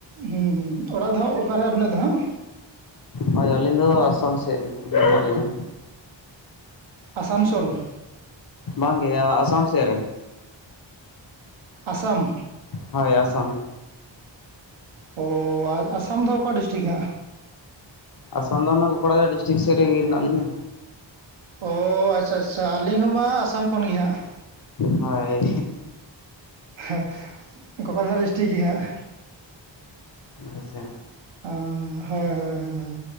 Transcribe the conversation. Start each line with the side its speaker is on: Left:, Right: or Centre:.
Right: ᱦᱚᱢ ᱦᱚᱢ ᱚᱲᱟᱜ ᱫᱣ ᱚᱠᱟᱨᱮ ᱟᱹᱵᱤᱱᱟᱜ ᱫᱚ ᱦᱟᱸ?
Left: ᱦᱳᱭ ᱟᱹᱞᱤᱧ ᱫᱚ ᱟᱥᱟᱢ ᱥᱮᱫ ᱨᱮ ᱢᱮᱱᱟᱜ ᱞᱤᱧᱟ᱾
Right: ᱟᱥᱟᱱᱥᱳᱞ?
Left: ᱵᱟᱝ ᱜᱮᱭᱟ ᱟᱥᱟᱢ ᱥᱮᱱ ᱨᱮᱼᱼ
Right: ᱟᱥᱟᱢ
Left: ᱦᱳᱭ ᱟᱥᱟᱢ
Right: ᱚ ᱟᱥᱟᱢ ᱫᱚ ᱚᱠᱟ ᱰᱤᱥᱴᱤᱠ ᱦᱟᱜ?
Left: ᱟᱥᱟᱢ ᱫᱚ ᱚᱱᱟ ᱠᱳᱠᱲᱟᱡᱟᱨᱮᱭᱟ ᱰᱤᱥᱴᱤᱠ ᱥᱮᱫ ᱨᱮ ᱦᱮᱱᱟᱜ ᱞᱤᱧᱟ᱾
Right: ᱚ ᱟᱪᱪᱷᱟ ᱟᱪᱪᱷᱟ ᱟᱹᱞᱤᱧ ᱦᱚᱸᱵᱟ ᱟᱥᱟᱢ ᱠᱷᱚᱱ ᱜᱮᱮ ᱦᱟᱸᱟᱜ
Left: ᱦᱳᱭ
Right: ᱦᱮᱸ ᱜᱳᱠᱲᱟᱡᱟ ᱰᱤᱥᱴᱤᱠ ᱜᱮ ᱦᱟᱸᱜ᱾
Left: ᱟᱪᱪᱷᱟ
Right: ᱚ ᱦᱳᱭ ᱦᱳᱭ ᱦᱳᱭ